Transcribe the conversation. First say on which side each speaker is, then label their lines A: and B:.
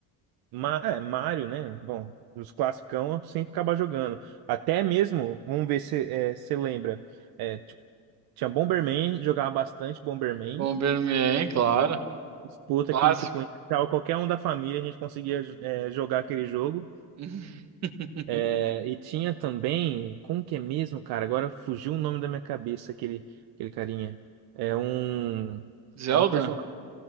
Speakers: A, on the right; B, on the right.
A: Ma- é, Mario, né? Bom, os classicão eu sempre acabava jogando. Até mesmo, vamos ver se é, você lembra, é, tipo, tinha Bomberman, jogava bastante Bomberman,
B: Bomberman, claro.
A: disputa
B: Clássico.
A: que, tipo, entrava qualquer um da família, a gente conseguia é, jogar aquele jogo.
B: <laughs>
A: É, e tinha também, como que é mesmo, cara? Agora fugiu o nome da minha cabeça, aquele, aquele carinha. É um...
B: Zelda?
A: É um personagem.